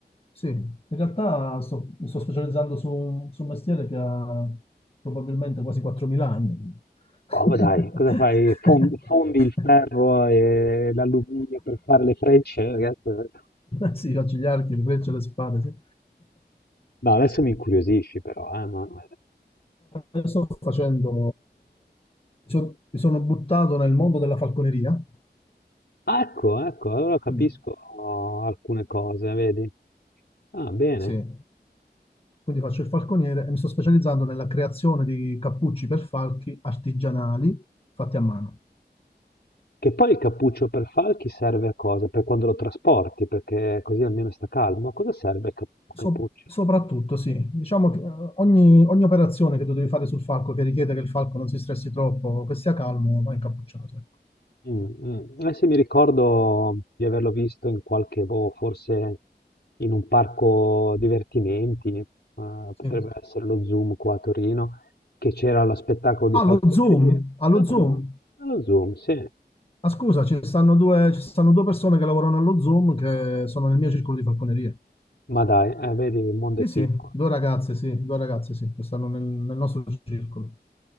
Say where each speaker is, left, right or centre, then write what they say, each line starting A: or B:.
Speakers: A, on the left (about 35°); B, on the left (about 70°).
A: sì, in realtà sto, mi sto specializzando su, un su un mestiere che ha probabilmente quasi 4.000 anni. <laughs>
B: Oh, ma dai, cosa fai? Fon- Fondi, il ferro e l'alluminio per fare le frecce, ragazzo?
A: Sì, faccio gli archi, le frecce, le spade. sì.
B: No, adesso mi incuriosisci però, eh, Manuel.
A: Io Sto facendo, mi sono mi sono buttato nel mondo della falconeria,
B: Ah, ecco, ecco, allora capisco
A: quindi
B: oh, alcune cose, vedi? Ah, bene.
A: Sì. Quindi faccio il falconiere e mi sto specializzando nella creazione di cappucci per falchi artigianali fatti a mano.
B: Che poi il cappuccio per falchi serve a cosa? Per quando lo trasporti, perché così almeno sta calmo. A cosa serve il cap-
A: So-
B: cappuccio?
A: soprattutto, sì, diciamo che eh, ogni, ogni operazione che tu devi fare sul falco che richiede che il falco non si stressi troppo, che sia calmo, va incappucciato. ecco.
B: Mh, mh. Eh sì, mi ricordo di averlo visto in qualche boh, forse in un parco divertimenti, ehm,
A: Sì.
B: potrebbe essere lo Zoom qua a Torino, che c'era lo spettacolo di
A: Allo
B: Falconerie.
A: Zoom, allo
B: Lo
A: Zoom.
B: Zoom, eh, lo Zoom, sì.
A: Ah, scusa, ci stanno due, ci stanno due persone che lavorano allo Zoom che sono nel mio circolo di falconeria.
B: Ma dai, eh, vedi il mondo
A: Sì,
B: è piccolo.
A: sì, due ragazze, sì, due ragazze, sì, che stanno nel, nel nostro circolo.